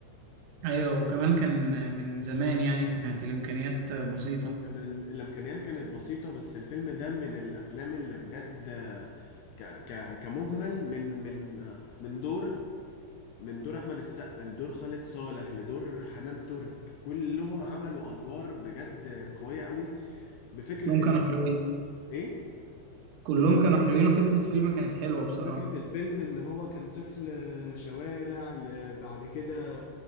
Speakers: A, on the right (about 85°); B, on the left (about 80°).
A: أيوة وكمان كان من زمان يعني فكانت الإمكانيات بسيطة
B: كمان الامكانيات كانت بسيطه بس الفيلم ده من الافلام اللي بجد آه، ك ك كمجمل من من آه، من دور من دور احمد السقا لدور خالد صالح لدور حنان ترك كلهم عملوا ادوار بجد قويه قوي بفكره
A: كلهم كانوا
B: ال...
A: حلوين
B: ايه
A: كلهم كانوا حلوين وفكرة الفيلم كانت حلوة بصراحة
B: فكرة الفيلم إن هو كان طفل شوارع ل- بعد كده